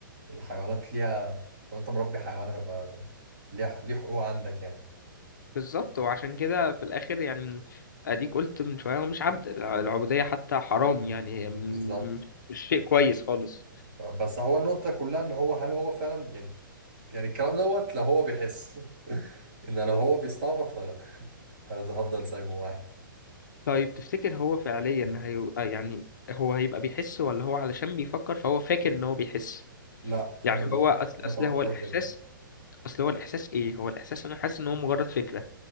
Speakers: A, on the right (about 35°); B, on the left (about 60°).
A: الحيوانات ليها لو انت مربي حيوان هيبقى ليه ليه حقوق عندك يعني
B: بالظبط وعشان كده في الاخر يعني اديك قلت من شويه هو مش عبد الع- العبوديه حتى حرام يعني هي م-
A: بالظبط
B: م- مش شيء كويس خالص
A: بس هو النقطة كلها ان هو هل هو فعلا يعني يعني الكلام دوت لو هو بيحس <laughs> ان لو هو بيستعبط فلا <laughs> هفضل سايبه معاه
B: طيب تفتكر هو فعليا هي يعني هو هيبقى بيحس ولا هو علشان بيفكر فهو فاكر ان هو بيحس
A: لا
B: يعني
A: انا
B: هو اصل
A: انا
B: اصل
A: توقعي
B: هو الاحساس
A: كده
B: اصل هو الاحساس ايه هو الاحساس انا حاسس ان هو مجرد فكره